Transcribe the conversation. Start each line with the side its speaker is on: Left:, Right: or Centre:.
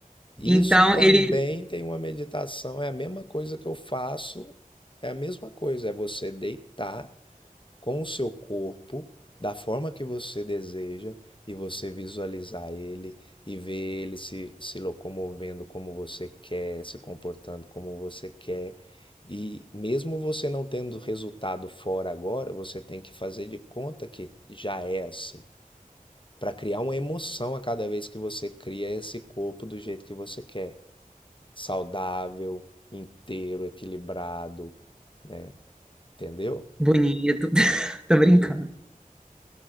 Left: Isso
Centre: Então,
Left: também
Centre: ele,
Left: tem uma meditação, é a mesma coisa que eu faço, é a mesma coisa, é você deitar com o seu corpo, da forma que você deseja, e você visualizar ele e ver ele se, se locomovendo como você quer, se comportando como você quer. E mesmo você não tendo resultado fora agora, você tem que fazer de conta que já é assim, para criar uma emoção a cada vez que você cria esse corpo do jeito que você quer, saudável, inteiro, equilibrado, né? Entendeu?
Centre: bonito, <laughs> tô brincando.